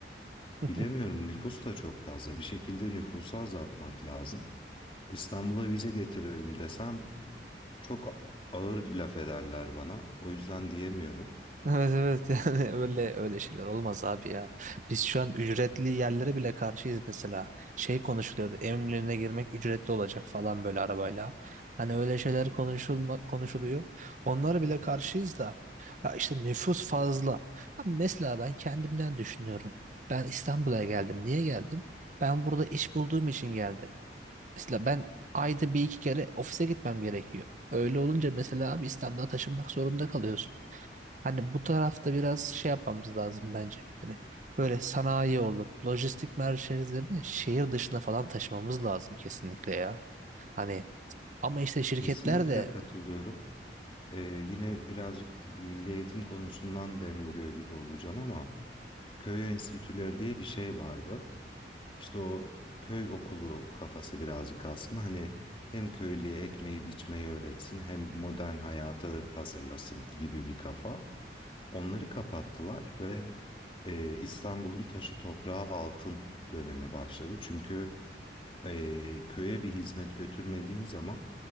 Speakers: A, on the right; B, on the left.
A: <laughs>
B: Bilemiyorum nüfus da çok fazla. Bir şekilde nüfusu azaltmak lazım. İstanbul'a vize getirelim desem çok a- ağır laf ederler bana. O yüzden diyemiyorum.
A: Evet evet <laughs> yani öyle öyle şeyler olmaz abi ya. Biz şu an ücretli yerlere bile karşıyız mesela. Şey konuşuluyordu. Eminönü'ne girmek ücretli olacak falan böyle arabayla. Hani öyle şeyler konuşulma, konuşuluyor. Onlara bile karşıyız da. Ya işte nüfus fazla. Abi mesela ben kendimden düşünüyorum. Ben İstanbul'a geldim. Niye geldim? Ben burada iş bulduğum için geldim. Mesela ben ayda bir iki kere ofise gitmem gerekiyor. Öyle olunca mesela abi İstanbul'a taşınmak zorunda kalıyorsun. Hani bu tarafta biraz şey yapmamız lazım bence. Hani böyle sanayi olur, lojistik merkezlerini şehir dışına falan taşımamız lazım kesinlikle ya. Hani ama işte şirketler
B: Kesinlikle
A: de
B: katılıyorum. Ee, yine birazcık milli eğitim konusundan dem vuruyor gibi olacağım ama köy enstitüleri diye bir şey vardı. İşte o köy okulu kafası birazcık aslında hani hem köylüye ekmeği biçmeyi öğretsin hem modern hayata hazırlasın gibi bir kafa. Onları kapattılar ve e, İstanbul'un taşı toprağı altın dönemi başladı. Çünkü e, köye bir hizmet götürmediğin zaman